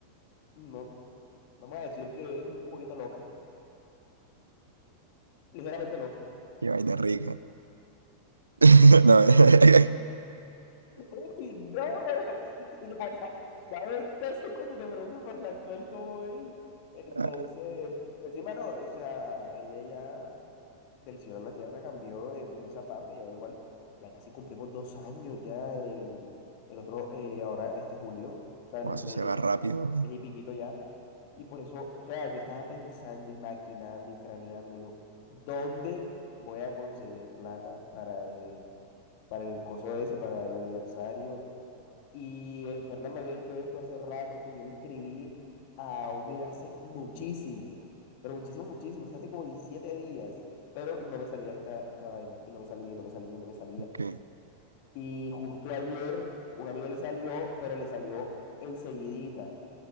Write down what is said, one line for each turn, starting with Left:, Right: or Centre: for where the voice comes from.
Left: no, vamos a decir que es un poquito loca, ligeramente loca.
Right: Qué vaina rica. <laughs> No, <laughs>
Left: Uy, no, pero <laughs> ya, ya, ya me entonces cuando te pregunten por la actual cómo es. Entonces,
Right: Ah,
Left: pues sí, mano, o sea, ella ya del cielo a la tierra cambió en, en esa parte, ya igual, ya casi cumplimos dos años ya en el otro, eh, ahora este julio, o sea,
Right: guau,
Left: en un
Right: eso
Left: mes
Right: se
Left: y
Right: va
Left: pico,
Right: rápido, man.
Left: mes y piquito ya. Y por eso, o sea, yo estaba pensando y maquinando y craneando yo, ¿dónde voy a conseguir plata para el, para el coso ese, para el aniversario? Y el Fernán me había dicho esto hace rato y yo me inscribí a Outlier hace muchísimo, pero muchísimo, muchísimo, o sea, hace como 17 días, pero no me salía esta, esta vaina y no me salía y no me salía y no me salía.
Right: Ok,
Left: Y justo ayer un amigo le salió, pero le salió enseguidita